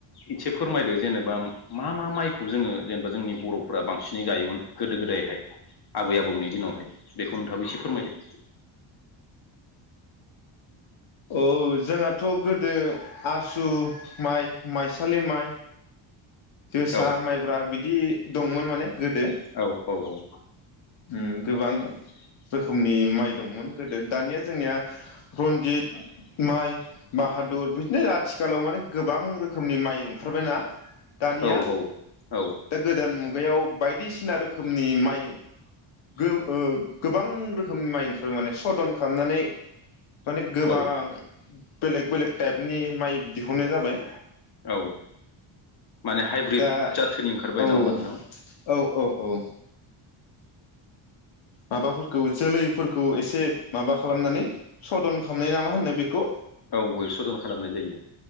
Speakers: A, on the left (about 50°); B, on the left (about 70°).
A: एदसे फोरमायदो जेनेबा मा मा माइखौ जोङो जेनेबा जोंनि बरफोरा बांसिनै जायोमोन गोदो गोदायहाय आबै आबौनि दिनावहाय बेखौ नोंथाङाबो इसे फोरमायदो।
B: औ जोंहाथ गोद दो आसु माइ। माइसालि माइ जोसा
A: औ
B: मायब्रा बिदि दंमोन माने गोदो।
A: औ औ औ।
B: उम गोबां रोखोमनि माइ दंमोन। गोदो दानिया जोंनिया रनजित माइ। बाहादुर बिदिनो आथि खालाव माने गोबां रोखोमनि माइ ओंखारबायना। दानिया
A: औ औ
B: दा गोदान मु बैयाव बायदिसिना रोखोमनि माइ। गो ओ गोबां रोखोमनि माइ ओंखारबाय माने सदन खालामनानै। माने गोबां
A: औ
B: बेलेग बेलेग ताइपनि माइ दिहुननाय जाबाय।
A: औ। माने हाइब्रिद
B: दा
A: जाथोनि ओंखारबाय
B: औ
A: नङाहोमबा नोंथां?
B: औ औ औ। माबाफोरखौ जोलैफोरखौ एसे माबा खालामनानै सदन खामनाया मा होनो बेखौ
A: औ सदन खालामनाय जायो